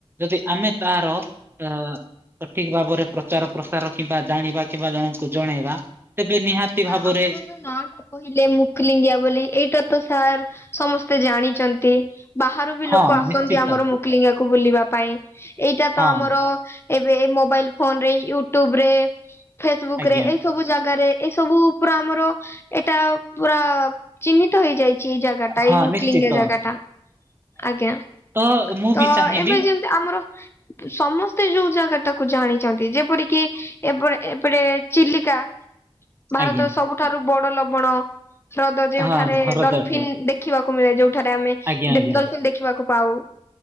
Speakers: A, on the right; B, on the left.
A: ଯଦି ଆମେ ତାର ଅ ସଠିକ ଭାବରେ ପ୍ରଚାର ପ୍ରସାର କିମ୍ବା ଜାଣିବା କିମ୍ବା ଜଣଙ୍କୁ ଜଣେଇବା ତେବେ ନିହାତି ଭାବରେ
B: <unintelligible> କହିଲେ ମୁକ୍ଲିଙ୍ଗିଆ ବୋଲି ଏଇଟା ତ ସାର୍ ସମସ୍ତେ ଜାଣିଚନ୍ତି। ବାହାରୁ ବି
A: ହଁ
B: ଲୋକ ଆସନ୍ତି
A: ନିଶ୍ଚିତ
B: ଆମର ମୁକଲିଙ୍ଗାକୁ ବୁଲିବା ପାଇଁ ଏଇଟା ତ
A: ହଁ
B: ଆମର। ଏବେ ଏ ମୋବାଇଲ୍ ଫୋନ୍ ରେ ୟୁଟୁବ୍ ରେ ଫେସବୁକ୍
A: ଆଜ୍ଞା
B: ରେ ଏଇ ସବୁ ଜାଗାରେ। ଏ ସବୁ ପୁରା ଆମର ଏଇଟା ପୁରା ଚିହ୍ନିତ ହେଇଯାଇଛି ଜାଗା। ଟା
A: ହଁ
B: ଏଇ ମୁକ୍ଲିଙ୍ଗ
A: ନିଶ୍ଚିତ
B: ଜାଗାଟା ଆଜ୍ଞା
A: ତ ମୁଁ
B: ତ
A: ବି ଚାହିଁବି
B: ଏବେ ଯେମ ଯେ ଆମର। ସମସ୍ତେ ଯୋଉ ଜାଗା ଟାକୁ ଜାଣିଛନ୍ତି ଯେପରିକି ଏପଟେ ଏପଟେ ଚିଲିକା। ଭାରତର
A: ଆଜ୍ଞା
B: ସବୁଠାରୁ ବଡ ଲବଣ। ହ୍ରଦ ଯେଉଁଠାରେ
A: ହଁ ହ୍ରଦଟେ
B: ଡଲଫିିନ ଦେଖିବାକୁ ମିଳେ ଯୋଉଠାରେ ଆମେ ଡେ
A: ଆଜ୍ଞା ଆଜ୍ଞା
B: ଡଲଫିନ ଦେଖିବାକୁ ପାଉ।